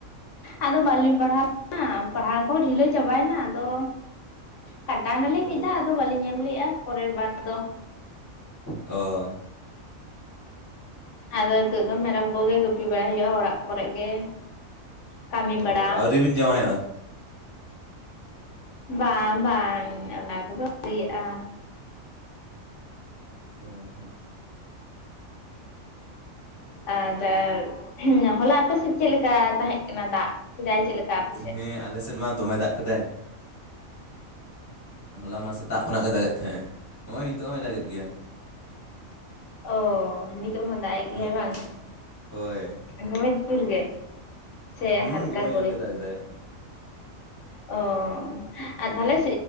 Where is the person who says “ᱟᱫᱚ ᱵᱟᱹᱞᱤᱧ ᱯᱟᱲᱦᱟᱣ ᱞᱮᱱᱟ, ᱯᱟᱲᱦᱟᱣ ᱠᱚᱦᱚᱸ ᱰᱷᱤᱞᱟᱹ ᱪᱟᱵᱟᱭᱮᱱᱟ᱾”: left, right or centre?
Left